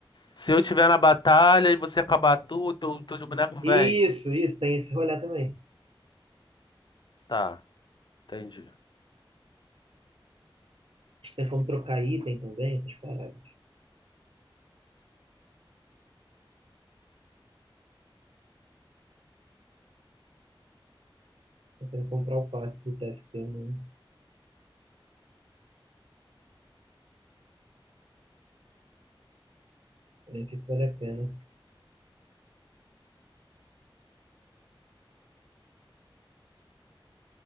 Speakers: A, on the left; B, on the right.
A: se eu tiver na batalha e você acabar tudo, teu, teu boneco vem.
B: Isso, isso, tem esse rolê também.
A: Tá, entendi.
B: Tem como trocar item também, essas paradas. Pensando em comprar o passe do TFT, não, eu nem sei se vale a pena.